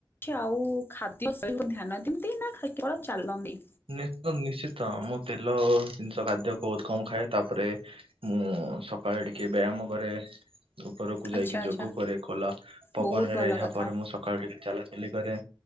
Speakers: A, on the left (about 25°); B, on the right (about 75°).
A: କି ଆଉ ଖାଦ୍ୟ ସହିତ ଧ୍ୟାନ ଯେମତି ନା କେବଳ ଚାଲନ୍ତି।
B: ନିସ୍ତ୍ ନିଶ୍ଚିତ ମୁଁ ତେଲ ଜିନିଷ ଖାଦ୍ୟ ବହୁତ କମ ଖାଏ ତାପରେ ମୁଁ ସକାଳେ ଟିକେ ବ୍ୟାୟାମ କରେ। ଉପରକୁ ଯାଇକି
A: ଆଚ୍ଛା ଆଚ୍ଛା
B: ଯୋଗ କରେ ଖୋଲା ପବନରେ
A: ବହୁତ ଭଲ
B: ଏହା
A: କଥା
B: ପରେ ମୁଁ ସ ସକାଳୁ ଟିକେ ଚାଲାଚଲି କରେ